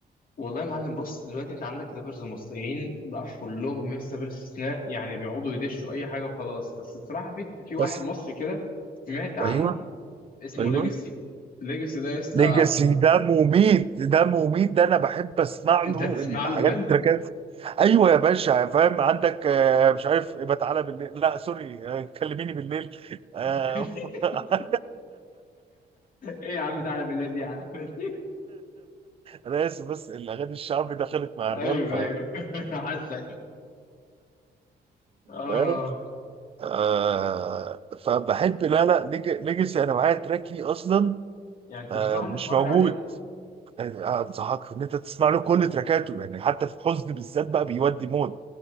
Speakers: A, on the left (about 50°); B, on the right (about 35°).
A: والله يا معلم بص دلوقتي انت عندك رابرز مصريين بقى كلهم يس بلا استثناء يعني بيقعدوا يدشوا اي حاجه وخلاص بس بصراحه في في واحد
B: بس
A: مصري كده سمعت عنه
B: ايوه
A: اسمه
B: ايوه
A: ليجاسي ليجاسي ده لسه
B: ليجاسي ده مميت ده مميت ده انا بحب اسمع
A: انت
B: له
A: بتسمع
B: الحاجات
A: له بجد؟
B: التراكات ايوه يا باشا فاهم عندك آه، مش عارف يبقى تعالى بالليل لا سوري آه، كلميني بالليل آه،
A: <laughs>
B: <laughs>
A: ايه يا عم تعالى بالليل دي يا عم <laughs>
B: انا اسف بس الاغاني الشعبي دخلت مع
A: ايوه
B: الراب ف-
A: ايوه <laughs> حاسك اه
B: فاهم آه، فبحب لا لا ليج- ليجاسي انا معايا تراك ليه اصلا
A: يعني تنصحني
B: آه، مش
A: اتفرج
B: موجود
A: عليه
B: يعني آه، انصحك ان انت تسمع له كل تراكاته يعني حتى في الحزن بالذات بقى بيودي مود